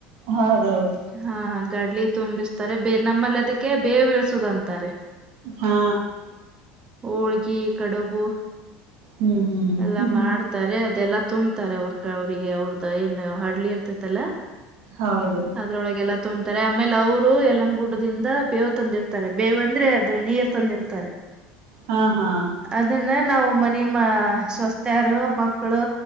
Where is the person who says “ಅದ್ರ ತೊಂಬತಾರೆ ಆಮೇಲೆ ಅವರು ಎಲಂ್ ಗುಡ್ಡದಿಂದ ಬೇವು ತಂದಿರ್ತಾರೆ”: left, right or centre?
Right